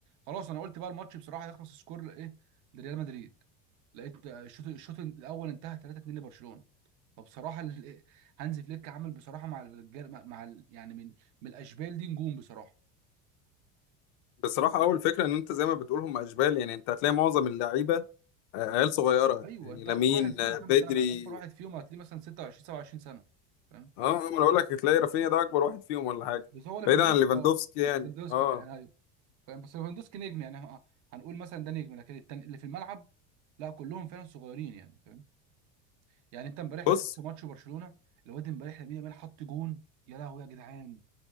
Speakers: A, on the right (about 60°); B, on the left (about 65°).
A: خلاص انا قلت بقى الماتش بصراحه هيخلص سكور ايه لريال مدريد لقيت الشوط الشوط الاول انتهى 3-2 لبرشلونه فبصراحه ال- هانز فليك عامل بصراحه مع الرجال مع مع ال- يعني من من الاشبال دي نجوم بصراحه
B: بصراحه اول فكره ان انت زي ما بتقول هم اشبال يعني انت هتلاقي معظم اللعيبه آه، عيال صغيره
A: ايوه
B: يعني
A: انت
B: لامين
A: اكبر واحد فيهم
B: آه،
A: كام
B: بدري
A: سنه اكبر واحد فيهم هتلاقيه مثلا 26 27 سنه فاهم
B: اه ما انا بقول لك هتلاقي رافينيا ده اكبر واحد فيهم ولا حاجه
A: بس هو ليفاندوسكي
B: بعيدا عن ليفاندوفسكي
A: اه ليفاندوسكي
B: يعني اه
A: يعني ايوه فاهم بس ليفاندوسكي نجم يعني ه- هنقول مثلا ده نجم لكن التاني اللي في الملعب لا كلهم فعلا صغيرين يعني فاهم يعني انت امبارح
B: بص
A: لو شفت ماتش برشلونه الواد امبارح لامين يامال حط جون يا لهوي يا جدعان